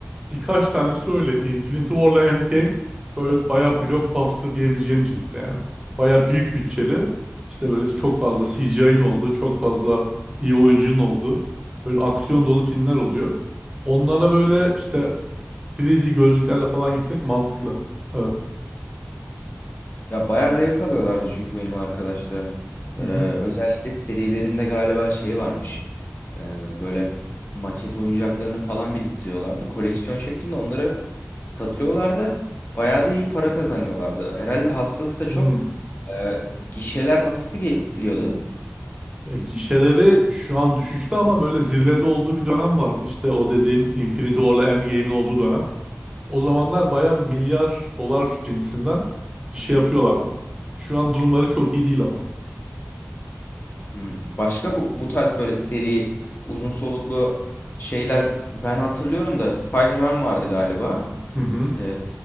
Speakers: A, on the right; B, on the left.
A: birkaç tanesi öyle. Infinity War'la Endgame böyle bayağı blockbuster diyebileceğim cinste yani. Bayağı büyük bütçeli. İşte böyle çok fazla CGI'nin olduğu, çok fazla iyi oyuncunun olduğu böyle aksiyon dolu filmler oluyor. Onlara böyle işte 3D gözlüklerle falan gitmek mantıklı. Evet.
B: Ya bayağı zevk alıyorlardı çünkü benim arkadaşlarım. Ee,
A: Hı hı.
B: özellikle serilerinde galiba şey varmış. Ee, böyle maket oyuncaklarını falan biriktiriyorlardı. Koleksiyon şeklinde onları satıyorlardı. Bayağı da iyi para kazanıyorlardı. Herhalde hastası da çok.
A: Hı.
B: Ee, gişeler nasıl geliyordu?
A: Ya gişeleri şu an düşüşte ama böyle zirvede olduğu bir dönem vardı. İşte o dediğim Infinity War'la Endgame'in olduğu dönem. O zamanlar baya milyar dolar cinsinden gişe yapıyorlardı. Şu an durumları çok iyi değil ama.
B: Hmm, Başka bu, bu tarz böyle seri uzun soluklu şeyler ben hatırlıyorum da Spider-Man vardı galiba.
A: Hı hı
B: Ee,